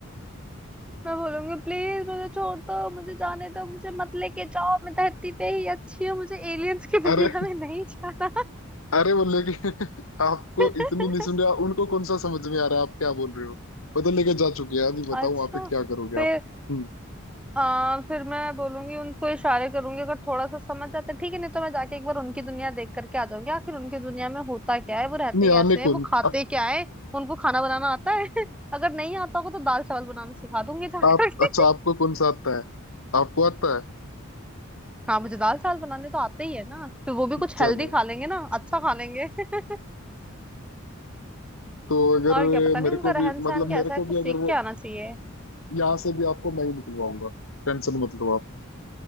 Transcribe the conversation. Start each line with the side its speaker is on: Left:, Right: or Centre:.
Centre: मैं बोलूंगी प्लीज मुझे छोड़ दो मुझे जाने दो मुझे मत लेके जाओ मैं धरती पे ही अच्छी हूँ मुझे एलियंस की
Left: अरे
Centre: दुनिया में नहीं जाना
Left: अरे बोले कि <laughs> आपको
Centre: <laughs>
Left: इतनी नहीं सुन रहे उनको कौन सा समझ में आ रहा है आप क्या बोल रहे हो वो तो लेके जा चुके हैं अभी बताओ
Centre: अच्छा
Left: वहां पे क्या करोगे
Centre: फिर
Left: आप हम्म
Centre: आ, फिर मैं बोलूंगी उनको इशारे करूंगी अगर थोड़ा सा समझ जाते ठीक है नहीं तो मैं जाके एक बार उनकी दुनिया देख करके आ जाऊंगी आखिर उनकी दुनिया में होता क्या है वो रहते
Left: नहीं
Centre: कैसे
Left: आने
Centre: हैं
Left: कौन
Centre: वो खाते
Left: आप
Centre: क्या है उनको खाना बनाना आता है <laughs> अगर नहीं आता होगा तो दाल चावल बनाना सिखा दूंगी जाकर
Left: आप
Centre: के
Left: अच्छा आपको कौन सा आता है आपको आता है
Centre: <laughs> हाँ मुझे दाल चावल बनाने तो आते ही है ना फिर वो भी कुछ
Left: चलो
Centre: हेल्दी खा लेंगे ना अच्छा खा लेंगे <laughs>
Left: तो अगर
Centre: और क्या पता नहीं
Left: मेरे
Centre: उनका
Left: को
Centre: रहन
Left: भी
Centre: सहन
Left: मतलब
Centre: कैसा
Left: मेरे
Centre: है
Left: को
Centre: कुछ
Left: भी
Centre: सीख
Left: अगर वो
Centre: के आना चाहिए
Left: यहाँ से भी आपको मैं ही निकलवाऊंगा टेंशन मत लो आप